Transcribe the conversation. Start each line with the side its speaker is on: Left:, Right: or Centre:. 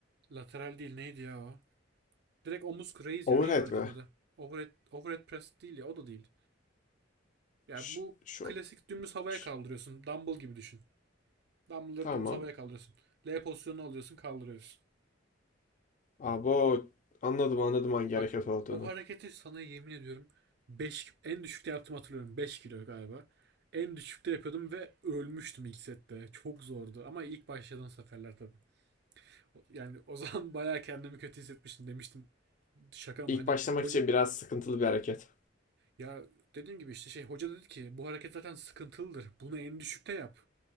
Right: Lateral değil neydi ya o? Direkt omuz raise
Left: Overhead
Right: ya neydi o hareketin
Left: mi?
Right: adı? Overhead, overhead press değil ya o da değil. Yani
Left: Ş-
Right: bu
Left: şu,
Right: klasik dümdüz havaya
Left: ş-
Right: kaldırıyorsun. Dumbbell gibi düşün. Dumbbell'ları
Left: tamam.
Right: dümdüz havaya kaldırıyorsun. L pozisyonunu alıyorsun kaldırıyorsun.
Left: Abo anladım anladım hangi
Right: Bak
Left: hareket olduğunu.
Right: o hareketi sana yemin ediyorum 5 en düşükte yaptım hatırlıyorum 5 kilo galiba. En düşükte yapıyordum ve ölmüştüm ilk sette. Çok zordu ama ilk başladığım seferler tabii. O- Yani o zaman <laughs> bayağı kendimi kötü hissetmiştim demiştim. Şaka mı
Left: İlk
Right: hani
Left: başlamak
Right: hoca
Left: için biraz sıkıntılı bir hareket.
Right: ya dediğim gibi işte şey hoca dedi ki bu hareket zaten sıkıntılıdır. Bunu en düşükte yap.